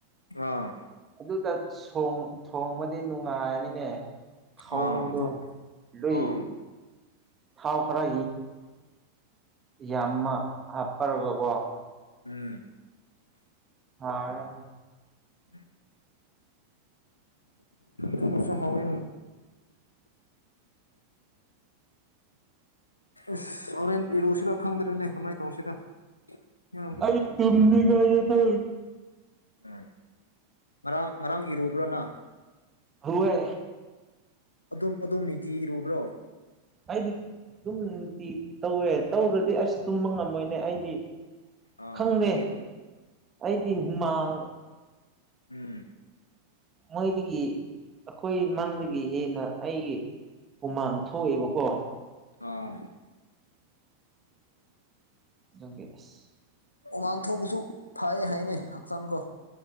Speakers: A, on the left (about 80°); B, on the right (about 20°).
A: ꯑꯥ
B: ꯑꯗꯨꯗ ꯊꯣꯡꯕꯗꯤ ꯅꯨꯡꯉꯥꯏꯔꯅꯤꯅꯦ ꯍꯥꯎꯗꯣ
A: ꯑꯥ ꯑꯗꯨ
B: ꯂꯏ
A: ꯑꯥ
B: ꯊꯥꯎ ꯈꯔ ꯌꯥꯝꯃ ꯍꯥꯞꯄꯔꯒꯀꯣ
A: ꯎꯝ
B: ꯍꯥꯎ
A: ꯎꯝ ꯊꯃꯁꯨꯣ ꯍꯋ ꯑꯁ ꯍꯣꯔꯦꯟ ꯏꯔꯨꯁꯤꯔꯣ ꯈꯪꯗ꯭ꯔꯦꯅꯦ ꯀꯃꯥꯏꯅ ꯇꯧꯁꯤꯔ ꯌꯥꯝ
B: ꯑꯩ ꯇꯨꯨꯝꯗꯤꯒꯥꯏ ꯌꯦ ꯇ
A: ꯎꯝ ꯉꯔꯥꯡ ꯉꯔꯥꯡ ꯏꯔꯨꯕ꯭ꯔꯅ
B: ꯍꯨꯑ
A: ꯑꯗꯨꯝ ꯑꯗꯨꯝ ꯅꯤꯇꯤ ꯏꯔꯨꯕ꯭ꯔꯣ
B: ꯑꯩꯗꯤ ꯑꯗꯨꯝꯗꯤ ꯇꯧꯋꯦ ꯇꯧꯔꯗꯤ ꯑꯁ ꯇꯨꯝꯕ ꯉꯝꯃꯣꯏꯅꯦ ꯑꯩꯗꯤ
A: ꯑ ꯑꯥ
B: ꯈꯪꯗꯦ
A: ꯅꯪꯔ
B: ꯑꯩꯗꯤ ꯍꯨꯃꯥꯡ
A: ꯎꯝ
B: ꯃꯣꯏꯗꯒꯤ ꯑꯩꯈꯣꯏ ꯏꯃꯥꯡꯗꯒꯤ ꯍꯦꯟꯅ ꯑꯩꯒꯤ ꯎꯨꯃꯥꯟ ꯊꯣꯛꯑꯦꯕꯀꯣ
A: ꯑꯥ
B: ꯌꯒꯦꯁ
A: ꯎꯃꯥꯡ ꯊꯣꯛꯄꯁꯨ ꯐꯥꯏ ꯍꯥꯏꯅꯦ ꯍꯛꯆꯥꯡ ꯀꯣ